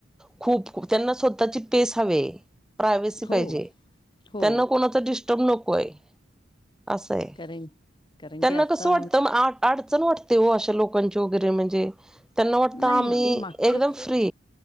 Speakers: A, in the centre; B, on the left.
A: खूप त्यांना स्वतःची पेस हवे प्रायवसी पाहिजे
B: हो, हो.
A: त्यांना कोणाचा डि नकोय असय
B: कारण कारण
A: त्यांना
B: की आता
A: कस वाटत म आठ. अडचण वाटते हो अशा लोकांची वगैरे म्हणजे त्यांना वाटतं
B: नाही
A: आम्ही
B: ते मागचे
A: एकदम फ्री